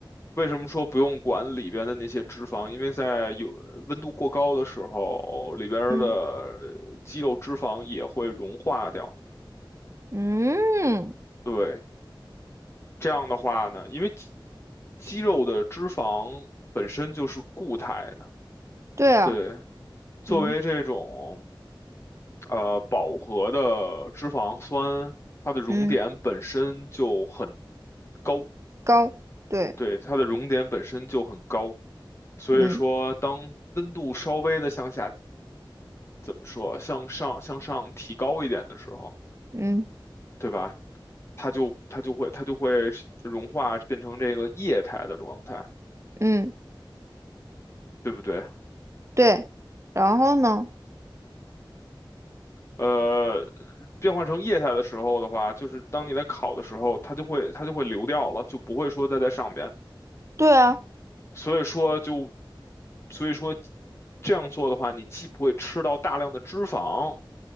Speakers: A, on the left; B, on the right.
A: 为什么说不用管里边的那些脂肪？因为在有温度过高的时候，里边儿的呃肌肉脂肪也会融化掉。
B: 嗯嗯，
A: 对。这样的话呢，因为肌肌肉的脂肪本身就是固态的，
B: 对啊，
A: 对，作为这种
B: 嗯
A: 呃饱和的脂肪酸，它的熔点本身就很
B: 嗯，
A: 高，
B: 高，对，
A: 对，它的熔点本身就很高，所以说当温度稍微的向下，
B: 嗯
A: 怎么说，向上向上提高一点的时候，
B: 嗯
A: 对吧？它就它就会它就会融化变成这个液态的状态，
B: 嗯，
A: 对不对？
B: 对。然后呢？
A: 呃，变化成液态的时候的话，就是当你在烤的时候，它就会它就会流掉了，就不会说再在上边。
B: 对啊，
A: 所以说就，所以说这样做的话，你既不会吃到大量的脂肪，